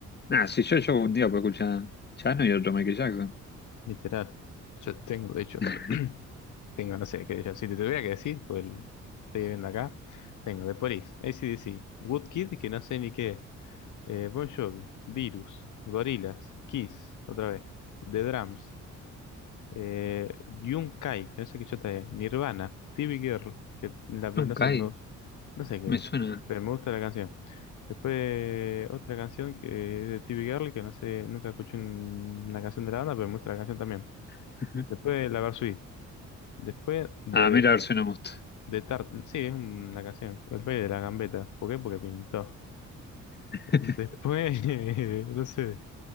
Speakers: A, on the left; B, on the left.
A: Nah, si yo yo un día puedo escuchar Chano y otro Michael Jackson.
B: Literal. Yo tengo, de hecho,
A: <laughs>
B: <clears throat> tengo, no sé qué decir. Si te tuviera que decir, pues el- estoy viendo acá. Tengo The Police, AC/DC, Woodkid, que no sé ni qué es. eh, Bon Jovi, Virus, Gorillaz, Kiss, otra vez, The Drums, eh, Yunkai, que no sé qué chota es, Nirvana, T V Girl, que la- no
A: John
B: sé,
A: Kay,
B: me- no sé qué
A: me
B: es,
A: suena.
B: pero me gusta la canción. Después otra canción que es de T V Girl, que no sé, nunca escuché un- una canción de la banda, pero me gusta la canción también.
A: <laughs>
B: Después La Varsity. Después de,
A: Ah,
B: de,
A: mira, a ver si no me gusta.
B: de Tart, sí, es una canción, El Rey de la Gambeta. ¿Por qué? Porque pintó.
A: <laughs>
B: Después, <laughs> no sé.